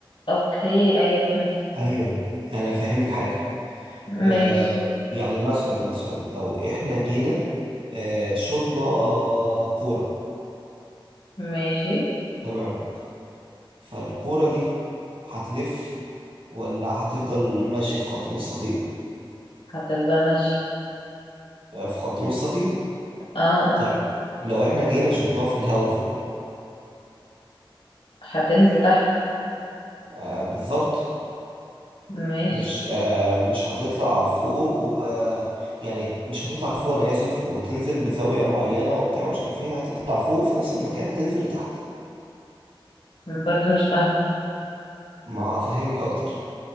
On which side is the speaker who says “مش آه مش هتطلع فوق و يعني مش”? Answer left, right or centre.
Right